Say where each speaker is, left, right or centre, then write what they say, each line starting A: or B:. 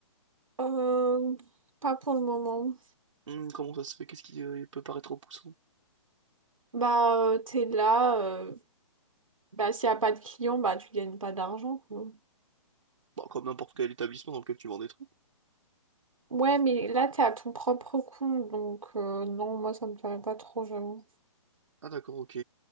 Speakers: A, on the right (about 85°); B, on the right (about 65°).
A: Euh, pas pour le moment.
B: Hum, comment ça se fait? Qu'est-ce qui euh, peut paraître repoussant?
A: Bah, euh, t'es là. euh, bah, s'il n'y a pas de clients, bah, tu gagnes pas d'argent, quoi.
B: Bah, comme n'importe quel établissement dans lequel tu vends des trucs.
A: Ouais, mais là, t'es à ton propre compte. Donc, euh, non, moi, ça me paraît pas trop, j'avoue.
B: Ah d'accord, ok.